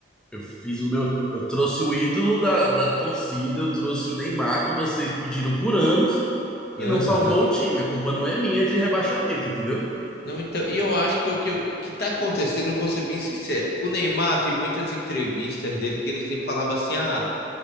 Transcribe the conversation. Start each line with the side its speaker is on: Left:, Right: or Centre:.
Centre: Eu fiz o meu. Eu trouxe o ídolo da, da torcida, eu trouxe o Neymar, que vocês pediram por anos,
Left: Aham.
Centre: e não salvou o time. A culpa não é minha de rebaixamento, entendeu?
Left: Não, então, e eu acho que o que, que tá acontecendo, eu vou ser bem sincero, o Neymar tem muitas entrevistas dele que ele sempre falava assim, ah,